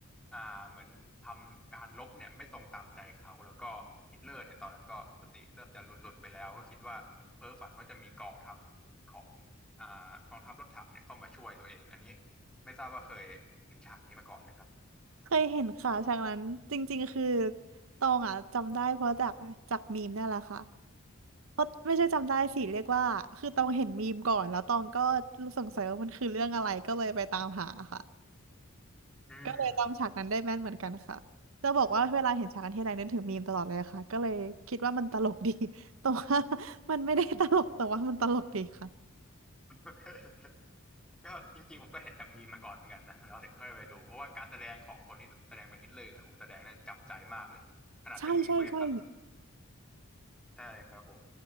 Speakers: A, in the centre; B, on the right.
A: อ่าเหมือนทำการรบเนี่ยไม่ตรงตามใจเขาแล้วก็ฮิตเลอร์เนี่ยตอนนั้นก็สติเริ่มจะหลุดๆไปแล้วก็คิดว่าเพ้อฝันว่าจะมีกองทัพของอ่ากองทัพรถถังเนี่ยเข้ามาช่วยตัวเองอันนี้ไม่ทราบว่าเคยเห็นฉากนี้มาก่อนไหมครับ
B: เคยเห็นค่ะฉากนั้นจริงๆคือตองอะจำได้เพราะจากจากมีมเนี่ยแหละค่ะเพราะไม่ใช่จำได้สิเรียกว่าคือตองเห็นมีมก่อนแล้วตองก็รู้สงสัยว่ามันคือเรื่องอะไรก็เลยไปตามหาค่ะ
A: อืม
B: ก็เลยจำฉากนั้นได้แม่นเหมือนกันค่ะ จะบอกว่าเวลาเห็นฉากนันที่ไรนึกถึงมีมตลอดเลยค่ะ ก็เลยคิดว่ามันตลกดี <laughs> แต่ว่า <laughs> มันไม่ได้ตลกแต่ว่ามันตลกดีค่ะ
A: โอเคก็จริงๆผมก็เห็นจากมีมมาก่อนเหมือนกันนะเราถึงค่อยไปดูเพราะว่าการแสดงของคนที่แสดงเป็นฮิตเลอร์เนี่ยโหแสดงได้จับใจมากเลยขนาดเป็นมีมก็ยังตลก
B: ใช่ใช่ใช่
A: ใช่ครับผม